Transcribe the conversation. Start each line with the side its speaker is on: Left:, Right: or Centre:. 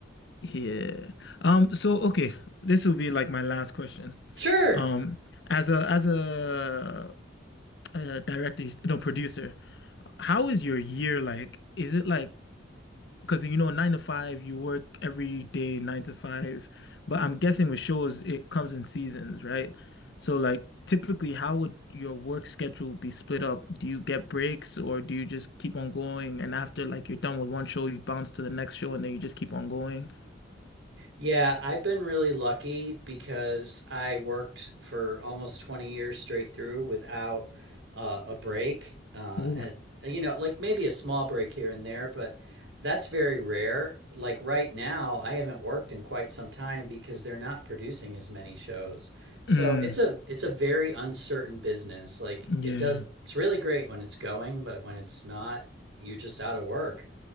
Left: yeah. Um. So, okay, this will be like my last question.
Right: Sure,
Left: Um. As a as a, uh director, no producer, how is your year like? Is it like because you know nine to five you work every day nine to five but I'm guessing with shows it comes in seasons right so like typically how would your work schedule be split up do you get breaks or do you just keep on going and after like you're done with one show you bounce to the next show and then you just keep on going
Right: Yeah, I've been really lucky because I worked for almost 20 years straight through without uh, a break. Uh,
Left: Oof.
Right: and, you know, like maybe a small break here and there, but that's very rare. Like right now, I haven't worked in quite some time because they're not producing as many shows. So
Left: Mm,
Right: it's a it's a very uncertain business. Like
Left: yeah
Right: it does, it's really great when it's going, but when it's not, you're just out of work